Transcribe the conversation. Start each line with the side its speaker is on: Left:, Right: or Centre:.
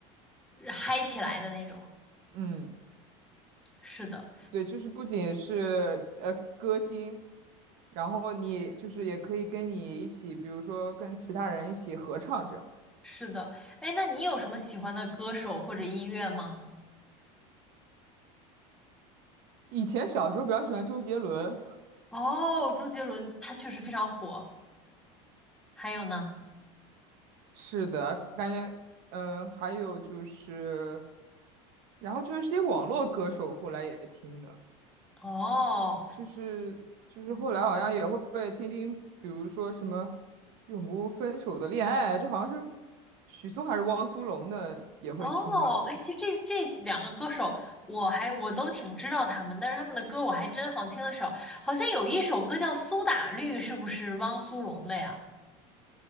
Centre: 嗨起来的那种。
Right: 嗯，
Centre: 是的，
Right: 对，就是不仅是呃歌星，然后你就是也可以跟你一起，比如说跟其他人一起合唱这样。
Centre: 是的。哎，那你有什么喜欢的歌手或者音乐吗？
Right: 以前小时候比较喜欢周杰伦，
Centre: 哦，周杰伦他确实非常火。还有呢？
Right: 是的，嗯，还有就是，然后就是一些网络歌手，后来也听的。
Centre: 哦，
Right: 就是就是后来好像也会会听听，
Centre: 嗯，
Right: 比如说什么永不分手的恋爱，这好像是许嵩还是汪苏泷的也会听吧？
Centre: 哦，
Right: 这样，
Centre: 哎，其实这这几两个歌手，我还我都挺知道他们，但是他们的歌我还真好像听的少。好像有一首歌叫《苏打绿》，是不是汪苏泷的呀？